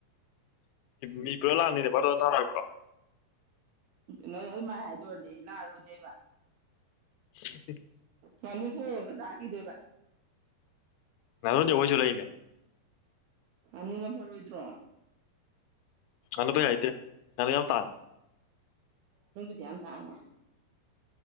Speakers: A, on the left; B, on the right.
A: ꯃꯤ ꯄꯨꯔ ꯂꯥꯛꯅꯤꯅꯦꯕꯇ ꯅꯥꯔꯕ꯭ꯔꯣ
B: ꯅꯪ ꯑꯗꯨꯃꯥꯏꯅ ꯍꯥꯏꯗꯔꯗꯤ ꯑꯩ ꯂꯥꯛꯑꯔꯣꯏꯗꯣꯏꯕ
A: ꯁꯤ
B: ꯋꯥꯃꯤ ꯊ ꯉ ꯆꯥꯈꯤꯗꯣꯏꯕ
A: ꯅꯅꯗꯤ ꯍꯧꯁꯨ ꯂꯩꯏꯅꯦ
B: ꯑꯅꯨꯟꯅ ꯄꯔ ꯑꯣꯏꯣꯏꯗ꯭ꯔꯣ
A: ꯑꯅꯗ ꯍꯥꯏꯥꯏꯇꯦ ꯅ ꯌꯥꯎ ꯇꯥ
B: ꯝ ꯇꯥꯉ